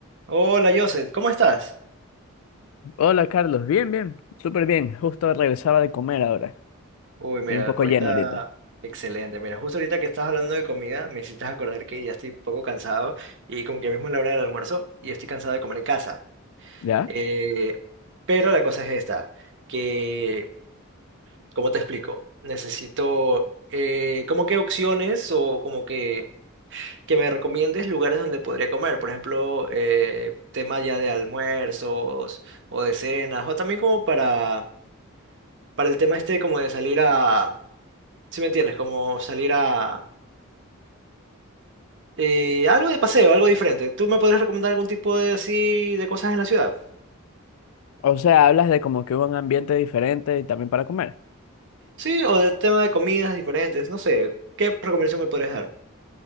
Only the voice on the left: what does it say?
Hola Carlos, bien, bien, súper bien. Justo regresaba de comer ahora.
Estoy un poco
lleno ahorita.
¿Ya?
O sea, hablas de como que hubo un ambiente diferente y también para comer.